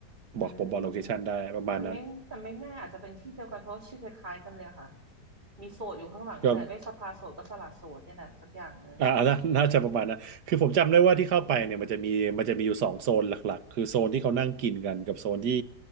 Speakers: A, on the right (about 30°); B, on the right (about 80°).
A: อืม
B: บอกผมบอกโลเคชันได้ประมาณนั้น
A: แต่ไม่แต่ไม่แน่อาจจะเป็นที่เดียวกันเพราะชื่อคล้ายๆกันเลยอะค่ะมีโสดอยู่ข้างหลังนี่แหละไม่สภาโสดก็สละโสดนี่แหละสักอย่างหนึ่ง
B: ก็อ่าน่าน่าจะประมาณนั้นคือผมจำได้ว่าที่เข้าไปเนี่ยมันจะมีมันจะมีอยู่สองโซนหลักๆคือโซนที่เขานั่งกินกันกับโซนที่
A: อืม